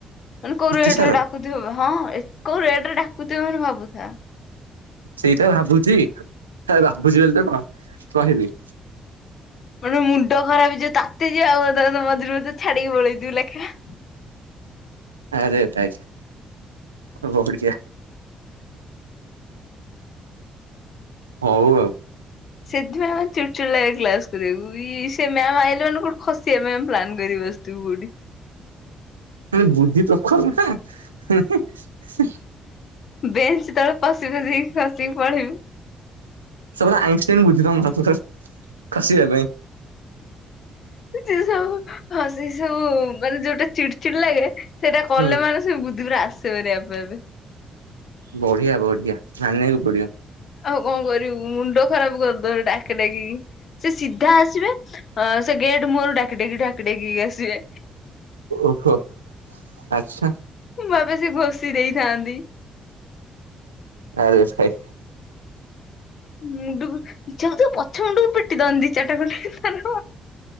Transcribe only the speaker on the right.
ଏତେ
ସାରା
ସେଇଟା ଭାବୁଛି! ଭାବୁଛି ବୋଲି ତ କଁ? ରହିଲି।
ଆରେ ତାଇ ବଢ଼ିଆ। ହଉ ଆଉ।
ମାନେ ବୁଦ୍ଧି ପ୍ରଖର ନା! ହେଁ ହେଁ ହେ।
ସବୁର ଆଇନଷ୍ଟାଇନ ବୁଦ୍ଧି <unintelligible> ଖସିବା ପାଇଁ।
ହୁଁ
ବଢ଼ିଆ ବଢ଼ିଆ ମାନିବାକୁ ପଡିବ।
ଓହୋ ଆଚ୍ଛା।
ଆର ଏସ୍ <unintelligible>